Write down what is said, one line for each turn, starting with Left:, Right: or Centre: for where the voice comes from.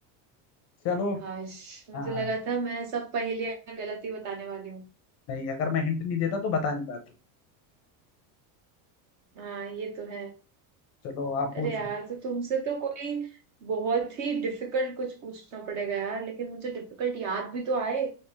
Left: चलो
Right: हाश मुझे
Left: हाँ
Right: लगा था मैं सब पहेलियां गलत ही बताने वाली हूँ
Left: नहीं अगर मैं हिंट नहीं देता तो बता नहीं पाते
Right: हाँ ये तो है
Left: चलो आप पूछो
Right: अरे यार तो तुमसे तो कोई बहुत ही डिफिकल्ट कुछ पूछना पड़ेगा यार लेकिन मुझे डिफिकल्ट याद भी तो आए